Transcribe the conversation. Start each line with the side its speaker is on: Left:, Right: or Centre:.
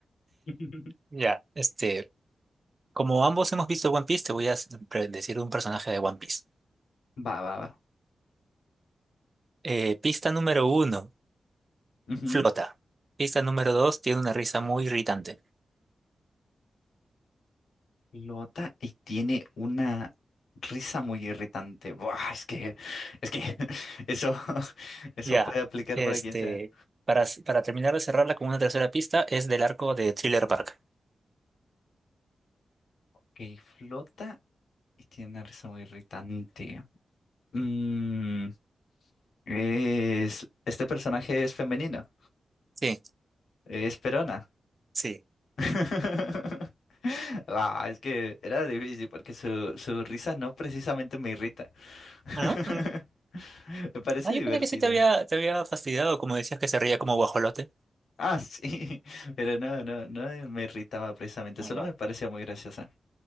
Left: <laughs>
Right: ya, este, como ambos hemos visto One Piece, te voy a s- pre- decir un personaje de One Piece.
Left: Va, va,
Right: Eh, pista número uno,
Left: va.
Right: flota. Pista número dos, tiene una risa muy irritante.
Left: Flota y tiene una risa muy irritante. Buah, es que, es que <laughs> eso, <laughs> eso
Right: Ya,
Left: puede aplicar
Right: este,
Left: para quien sea.
Right: para, s- para terminar de cerrarla con una tercera pista, es del arco de Thriller Bark.
Left: Ok, flota y tiene una risa muy irritante. Mm, es, este personaje es femenino.
Right: Sí,
Left: Es Perona.
Right: sí.
Left: <laughs> Ah, es que era difícil porque su, su risa no precisamente me irrita. <laughs>
Right: Ah,
Left: Me parece
Right: Ah, yo
Left: divertida.
Right: pensé que sí te había, te había fastidiado, como decías que se reía como guajolote.
Left: Ah, sí, <laughs> pero no, no, no me irritaba precisamente,
Right: Ah,
Left: solo
Right: ya.
Left: me parecía muy graciosa.